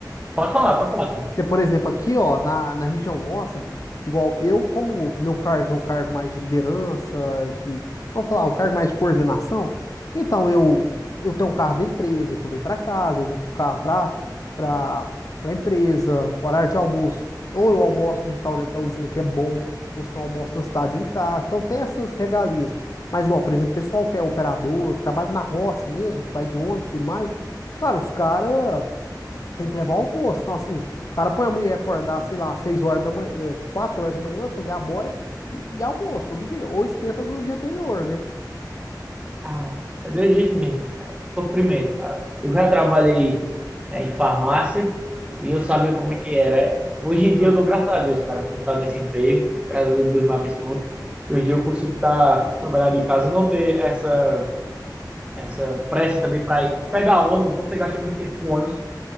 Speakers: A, on the right; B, on the left.
A: pode falar, pode falar, cara.
B: porque, por exemplo, aqui, ó, na, na região nossa, igual eu, como meu cargo já é um cargo mais de liderança, de, vamos falar, um cargo mais de coordenação, então eu, eu tenho um carro da empresa que eu venho para casa, eu vou com o carro para para para empresa, horário de almoço, ou eu almoço no restaurante da usina que é bom, ou se não almoço na cidade ou em casa, então tem essas regalias. Mas, igual, por exemplo, pessoal que é operador, que trabalha na roça mesmo, que vai de ônibus e tudo mais, cara, os caras. Tem que levar o almoço. Então, assim, o cara põe a mulher acordar, sei lá, 6 horas da manhã, é, 4 horas da manhã, fazer a boia e, e almoço todo dia. Ou esquenta do dia anterior, né?
A: Ah, é desse jeito mesmo. É um sofrimento, cara. Eu já trabalhei, é, em farmácia e eu sabia como é que era. Hoje em dia
B: Ah,
A: eu dou graças a Deus, cara, por estar nesse emprego. Graças a Deus me abençoou. Hoje em dia eu consigo estar trabalhando de casa, não ter essa essa pressa também para ir pegar ônibus. Você gasta muito tempo com ônibus.